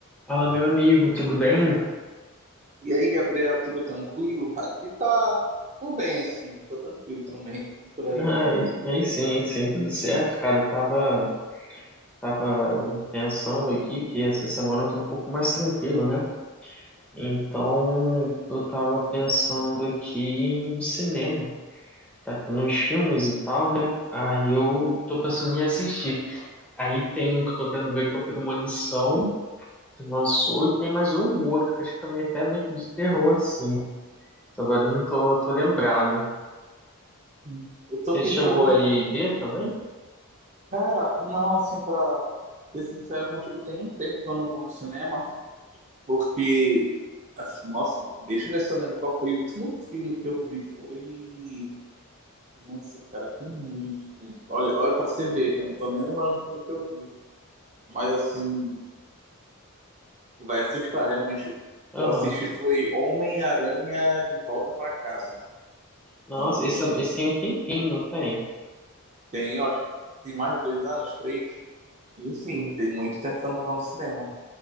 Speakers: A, in the centre; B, on the right.
A: Fala, meu amigo, tudo bem?
B: E aí, Gabriel, tudo tranquilo? Aqui tá tudo bem, assim, tô tranquilo também, e por aí.
A: Ai, aí sim, sim, tudo certo, cara. Eu tava, tava pensando aqui que essa semana eu tô um pouco mais tranquilo, né? Então, eu tava pensando aqui em cinema, tá? Nos filmes e tal, né? Aí eu tô pensando em assistir. Aí tem um que eu tô querendo ver que é o Premonição, que lançou, e tem mais um outro, que acho que também é até meio que de terror, assim. Agora eu não tô, tô lembrado.
B: Hum. Eu tô
A: Você
B: tentando,
A: chegou aí ver também?
B: cara, não, assim, pra ser sincero contigo, tem um tempo que eu não vou no cinema, porque, assim, nossa, deixa eu ver se eu lembro qual foi o último filme que eu vi, foi... Nossa, cara, tem muito tempo. Olha, olha pra você ver, eu não tô nem lembrando o filme que eu vi. Mas, assim, vai assustar, realmente.
A: Aham.
B: Eu assisti foi Homem-Aranha de Volta pra Casa.
A: Nossa,
B: Então,
A: esse,
B: tem,
A: esse tem um tempinho, não tem?
B: tem, eu acho, que tem mais de dois anos, três. Enfim, tem muito tempo que eu não vou no cinema.